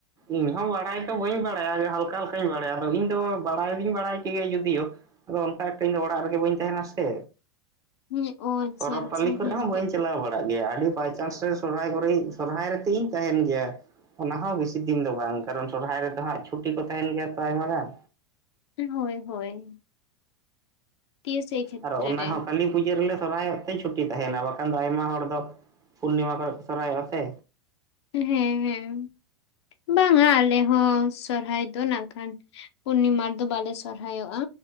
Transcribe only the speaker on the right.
ᱤᱧ ᱦᱚᱸ ᱵᱟᱲᱟᱭ ᱫᱚ ᱵᱟᱹᱧ ᱵᱟᱲᱟᱭᱟ ᱦᱟᱞᱠᱟ ᱞᱮᱠᱟᱧ ᱵᱟᱲᱟᱭᱟ, ᱟᱫᱚ ᱤᱧ ᱫᱚ ᱵᱟᱲᱟᱭ ᱫᱚᱧ ᱵᱟᱲᱟᱭ ᱠᱮᱜᱮᱭᱟ ᱡᱩᱫᱤᱭᱳᱼᱼ ᱟᱫᱚ ᱚᱱᱠᱟ ᱮᱠᱴᱟ ᱤᱧ ᱫᱚ ᱚᱲᱟᱜ ᱨᱮᱜᱮ ᱵᱟᱹᱧ ᱛᱟᱦᱮᱱᱟ ᱥᱮ
ᱯᱚᱨᱚᱵᱽ
ᱯᱟᱹᱞᱤ ᱠᱚᱨᱮᱜ
ᱦᱚᱸ ᱵᱟᱹᱧ ᱪᱟᱞᱟᱣ ᱵᱟᱲᱟᱜ ᱜᱮᱭᱟ ᱟᱹᱰᱤ ᱵᱟᱭᱪᱟᱱᱥ ᱨᱮᱼᱼ ᱥᱚᱨᱦᱟᱭ ᱠᱚᱨᱮ ᱤᱧ ᱥᱚᱨᱦᱟᱭ ᱨᱮ ᱛᱮᱫ ᱤᱧ ᱛᱟᱦᱮᱱ ᱜᱮᱭᱟ ᱚᱱᱟ ᱦᱚᱸ ᱵᱤᱼᱼ ᱥᱤ ᱫᱤᱱ ᱫᱚ ᱵᱟᱝ ᱠᱟᱨᱚᱱ ᱥᱚᱨᱦᱟᱭ ᱨᱮᱫᱚ ᱦᱟᱸᱜ ᱪᱷᱩᱴᱤ ᱠᱚ ᱛᱟᱦᱮᱱ ᱜᱮᱭᱟ ᱛᱚ ᱟᱭᱢᱟ ᱜᱟᱱ
ᱟᱨ ᱚᱱᱟ
ᱦᱚᱸ ᱠᱟᱹᱞᱤᱼᱼ ᱯᱩᱡᱟᱹ ᱨᱮᱞᱮ ᱥᱚᱨᱦᱟᱭᱚᱜ ᱛᱮ ᱪᱷᱩᱴᱤ ᱛᱟᱦᱮᱱᱟ ᱵᱟᱠᱷᱟᱱ ᱫᱚ ᱟᱭᱢᱟ ᱦᱚᱲ ᱫᱚ ᱯᱩᱨᱱᱤᱢᱟ ᱠᱚᱨᱮ ᱠᱚ ᱥᱚᱨᱦᱟᱭᱚᱜᱼᱟ ᱥᱮ